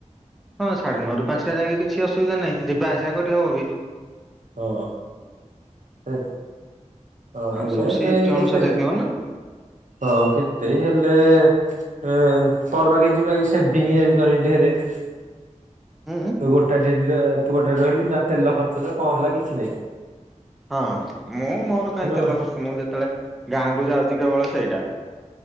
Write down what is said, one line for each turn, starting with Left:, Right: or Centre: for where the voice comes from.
Centre: ହଁ ସାଢେ ନଅ ରୁ ପାଞ୍ଚଟା ଯାଇକି କିଛି ଅସୁବିଧା ନାହିଁ ଯିବା ଆସିବା କରି ହବ ବି।
Right: ହଁ ହେ ହଁ ହେଲେ
Centre: ଆଉ ସବୁ ସିଫ୍ଟ
Right: କେହି କେତେ
Centre: ଅନୁସାରେ ହେଇଥିବ ନା
Right: ହଁ କେତେ ହେଲେ ହଁ ତର ବାକି ଯିବା ସେଭିଙ୍ଗ ହେଇପାରେ ଢେରେ ତୁ
Centre: ହୁଁ
Right: ଗୋଟା ଡେ ତୁ ଗୋଟା ରହିଲୁ ନା ତେଲ ଖର୍ଚ୍ଚ ନା କଣ ହେଲା କିଛି ନାଇଁ।
Centre: ହଁ ମୁଁ ମୋର କାହିଁ ତେଲ
Right: ହଁ
Centre: ଖର୍ଚ ମୁଁ ଯେତେବେଳେ ଗାଁକୁ ଯାଉଛି କେବଳ ସେଇଟା।